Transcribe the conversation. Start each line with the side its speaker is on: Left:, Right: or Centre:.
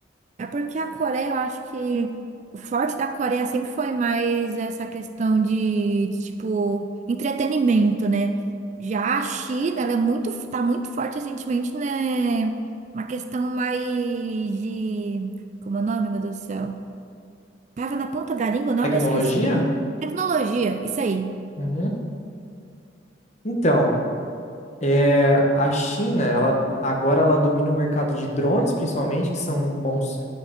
Right: É porque a Coreia, eu acho que o forte da Coreia sempre foi mais essa questão de, de, tipo, entretenimento, né? Já a China, ela é muito, f- tá muito forte recentemente, né? Uma questão mais de. Como é o nome, meu Deus do céu? Tava na ponta da língua, o nome
Left: Tecnologia?
Right: eu esqueci. Tecnologia, isso aí.
Left: Uhum. Então, é, a China, ela agora ela domina o mercado de drones, principalmente, que são bons